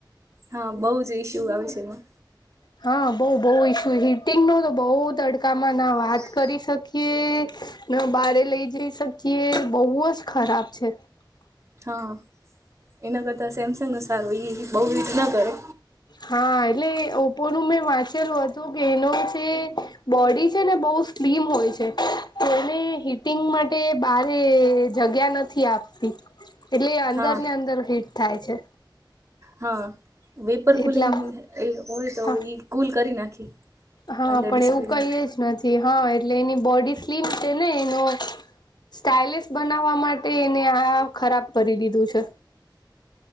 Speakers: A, on the right; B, on the left.
A: હા બહુ જ ઈશ્યુ આવે છે એમાં,
B: હા બહુ બહુ ઈસ્યુ હીટિંગ નો તો બહુ તડકામાં ના વાત
A: <inaudible>
B: કરી શકીએ ન બારે લઈ જઈ શકીએ બહુ જ ખરાબ છે.
A: હા એના કરતા સેમસંગ સારું ઈ બહુ હિટ ના કરે
B: હા એટલે એ ઓપ્પોનું મેં વાંચેલું હતું કે એનો જે બોડી છે ને બહુ સ્લીમ હોય છે. એને હિટિંગ માટે બારે જગ્યા નથી આપતી. એટલે એ અંદર
A: હા
B: ને અંદર હીટ થાય છે.
A: હા વેપર કુલિંગ
B: એટલા
A: એ હોય તો
B: હા
A: ઈ કુલ કરી નાખે
B: હા
A: અંદર
B: પણ
A: ડિસ્પ્લેને
B: એવું કંઈ જ નથી. હ એટલે એની બોડી સ્લીમ છે ને એનો સ્ટાઈલિશ બનાવવા માટે એને આ ખરાબ કરી દીધું છે.